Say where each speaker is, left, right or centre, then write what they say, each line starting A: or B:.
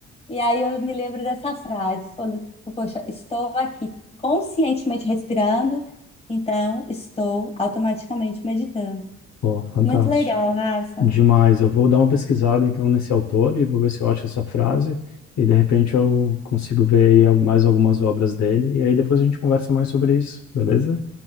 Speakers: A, on the left; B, on the left.
A: e aí eu me lembro dessa frase, quando, poxa, estou aqui conscientemente respirando, então estou automaticamente meditando.
B: Pô, fantástico.
A: Muito legal, Rafa.
B: Demais. Eu vou dar uma pesquisada então nesse autor e vou ver se eu acho essa frase, e de repente eu consigo ver aí al- mais algumas obras dele, e aí depois a gente conversa mais sobre isso, beleza?